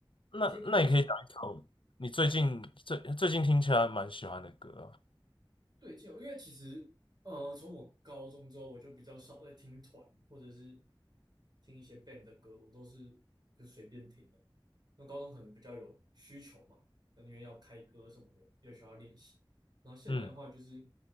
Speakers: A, on the left; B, on the right.
A: 那那你可以讲一首你最近最最近听起来蛮喜欢的歌啊
B: 接不接受？对，接受，因为其实呃，从我高中之后，我就比较少在听团或者是听一些 band 的歌，我都是就随便听的。那高中可能比较有需求嘛，那因为要开歌什么的，又需要练习。然后现在的话就是，
A: 嗯，